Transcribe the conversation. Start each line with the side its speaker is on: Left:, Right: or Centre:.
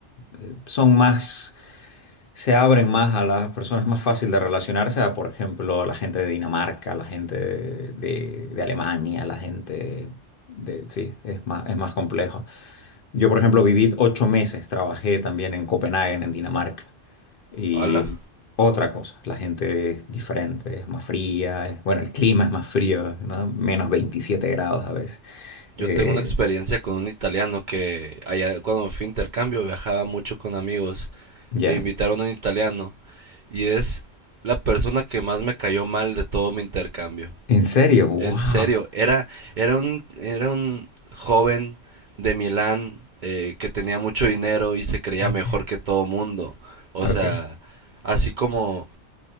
Left: eh, son más, se abren más a las personas, es más fácil de relacionarse a, por ejemplo, la gente de Dinamarca, la gente de, de Alemania, la gente de, sí, es más, es más complejo. Yo, por ejemplo, viví ocho meses, trabajé también en Copenhague, en Dinamarca, y
Right: Hola.
Left: otra cosa, la gente es diferente, es más fría, es- bueno, el clima es más frío, ¿no? Menos veintisiete grados a veces.
Right: Yo
Left: Eh,
Right: tengo una experiencia con un italiano que allá cuando me fui a intercambio viajaba mucho con amigos
Left: ya,
Right: e invitaron a un italiano y es la persona que más me cayó mal de todo mi intercambio.
Left: ¿En serio? ¡Wow!
Right: En serio, era, era un, era un joven de Milán eh, que tenía mucho dinero y se creía
Left: Ok,
Right: mejor que todo mundo. O
Left: ok,
Right: sea, así como